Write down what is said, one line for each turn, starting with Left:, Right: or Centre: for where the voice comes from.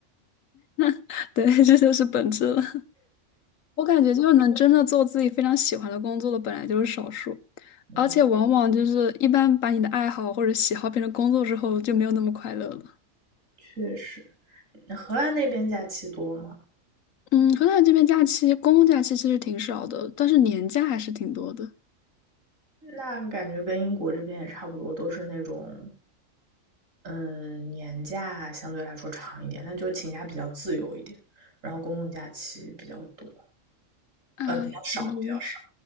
Left: <laughs> 对，这就是本质了。我感觉就是能真的做自己非常喜欢的工作的，本来就是少数，
Right: 嗯，
Left: 而且往往就是一般把你的爱好或者喜好变成工作之后，就没有那么快乐了。
Right: 确实，荷兰那边假期多吗？
Left: 嗯，荷兰这边假期，公共假期其实挺少的，但是年假还是挺多的。
Right: 那感觉跟英国这边也差不多，都是那种，嗯，年假相对来说长一点，那就请假比较自由一点，然后公共假期比较多。
Left: 哎，
Right: 呃，比较少，
Left: 嗯 <laughs>
Right: 比较少。